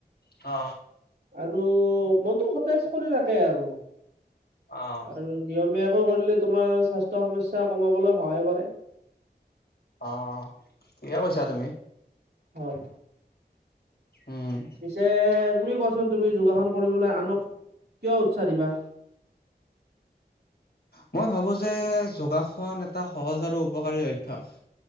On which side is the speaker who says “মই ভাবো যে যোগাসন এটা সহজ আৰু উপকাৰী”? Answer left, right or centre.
Left